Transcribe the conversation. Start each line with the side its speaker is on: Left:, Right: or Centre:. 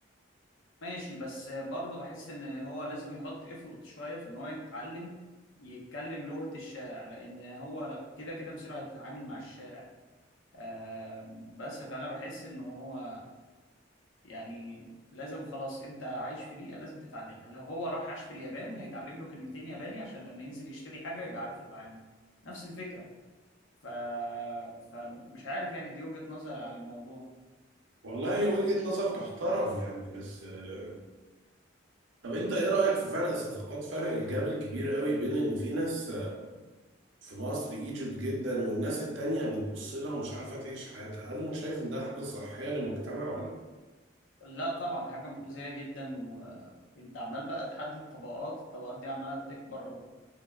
Left: ماشي بس برضه بحس ان هو لازم يحط ايفورت شوية في ان هو يتعلم يتكلم لغة الشارع لان هو لا كده كده مصيره هيتعامل مع الشارع آه بس فانا بحس ان هو يعني لازم خلاص انت عايش في بيئة لازم تتعلمها لو هو راح عاش في اليابان هيتعلم له كلمتين ياباني عشان لما ينزل يشتري حاجة يبقى عارف يتعامل نفس الفكرة ف... فمش عارف يعني دي وجهة نظري عن الموضوع
Right: والله وجهة نظر تحترم يعني بس آه، طب انت ايه رأيك في فرق الصفقات فرق الجاب الكبير قوي بين ان في ناس في مصر ايجيبت جدا والناس التانية بتبص لها ومش عارفة تعيش حياتها هل شايف ان ده حاجة صحية للمجتمع ولا لا؟
Left: لا طبعا حاجة مؤذية جدا وانت عمال بقى تحدد طبقات الطبقات دي عمالة تكبر